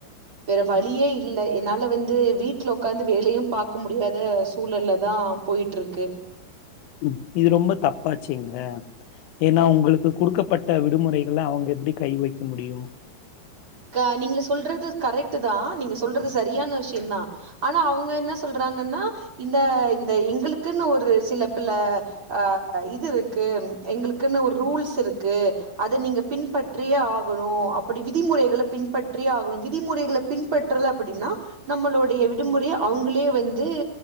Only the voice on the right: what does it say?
வேற வழியே இல்ல என்னால வந்து வீட்ல உக்காந்து வேலையு பாக்க முடியாத சூழல்லதா போயிட் இருக்கு
கா நீங்க சொல்றது கரெக்டு தா நீங்க சொல்றது செரியான விஷ்யம் தா ஆனா அவங்க என்ன சொல்றாங்கனா இந்த இந்த எங்களுக்குனு ஒரு சில பில ஆ இது இருக்கு எங்களுக்குன்னு ஒர் ரூல்ஸ் இருக்கு அத நீங்க பின்பற்றியே ஆகணு அப்டி விதிமுறைகள பின்பற்றியே ஆகணு விதிமுறைகள பின்பற்றலே அப்டினா நம்மலோடைய விடுமுறைைய அவுங்களே வந்து